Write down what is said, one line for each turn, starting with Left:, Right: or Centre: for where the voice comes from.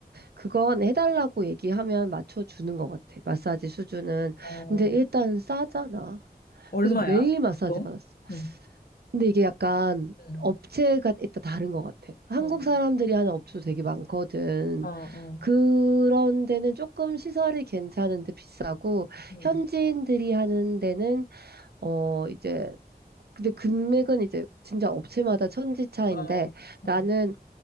Right: 그건 해달라고 얘기하면 맞춰주는 것 같아. 마사지 수준은.
Left: 어,
Right: 근데 일단 싸잖아.
Left: 얼마야?
Right: 그래서 매일 마사지
Left: 보통?
Right: 받았어.
Left: 응,
Right: 근데 이게 약간
Left: 응,
Right: 업체가 일단 다른 것 같아. 한국
Left: 응,
Right: 사람들이 하는 업체도 되게 많거든.
Left: 어, 어,
Right: 그런 데는 조금 시설이 괜찮은데 비싸고,
Left: 응,
Right: 현지인들이 하는 데는, 어, 이제, 근데 금액은 이제 진짜 업체마다 천지 차인데,
Left: 어, 어,
Right: 나는,